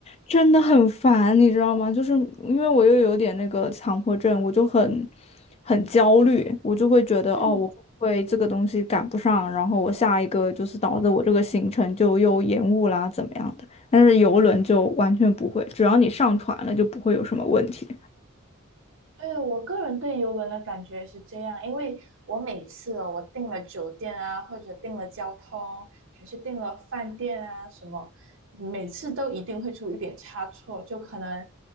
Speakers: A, on the left; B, on the right.
A: 真的很烦，你知道吗？就是因为我又有点那个强迫症，我就很很焦虑，我就会觉得哦，
B: 嗯。
A: 我会这个东西赶不上，然后我下一个就是导致我这个行程就又延误啦，怎么样的？但是游轮就完全不会，只要你上船了就不会有什么问题。
B: 对，我个人对游轮的感觉是这样，因为我每次哦，我订了酒店啊，或者订了交通，还是订了饭店啊什么，每次都一定会出一点差错，就可能